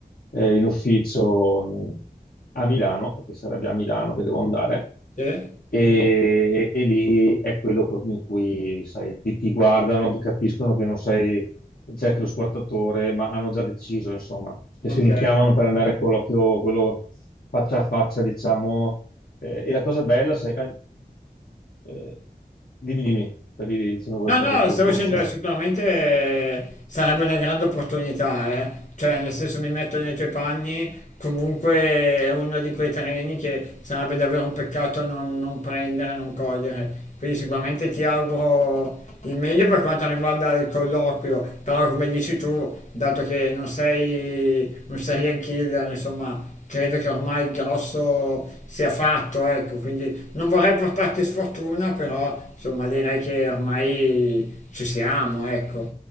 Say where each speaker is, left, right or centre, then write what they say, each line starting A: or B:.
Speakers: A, on the left (about 65°); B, on the left (about 50°).
A: eh, in ufficio mh, a Milano, perché sarebbe a Milano che devo andare,
B: Sì?
A: e, e lì è quello proprio in cui, sai, ti, ti guardano, capiscono che non sei Jack lo squartatore, ma hanno già deciso, insomma, che
B: Ok.
A: se li chiamano per andare a colloquio, quello faccia a faccia, diciamo eh, e la cosa bella, sai, eh, eh, dimmi, dimmi, stavi dicendo qualcosa
B: No, no,
A: tu
B: stavo
A: forse.
B: dicendo, eh, sicuramente eh, sarebbe una grande opportunità, eh. Cioè, nel senso mi metto nei tuoi panni, comunque è uno di quei treni che sarebbe davvero un peccato non, non prendere, non cogliere. Quindi sicuramente ti auguro il meglio per quanto riguarda il colloquio, però come dici tu, dato che non sei un serial killer, insomma, Credo che ormai il grosso sia fatto, ecco, quindi non vorrei portarti sfortuna, però insomma direi che ormai ci siamo, ecco,